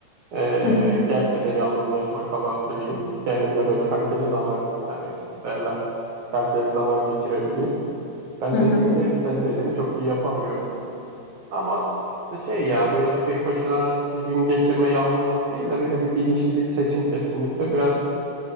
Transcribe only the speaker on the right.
E,
gerçekten yalnız başıma kalabileyim. Kendimle böyle kaliteli zaman yani derler kaliteli zaman geçirebileyim. Ben
dediğini,
senin dediğini çok iyi yapamıyorum. Ama işte şey ya böyle bir tek başına bir gün geçirme yalnızlık değil de böyle bir bilinçli bir seçim kesinlikle. Biraz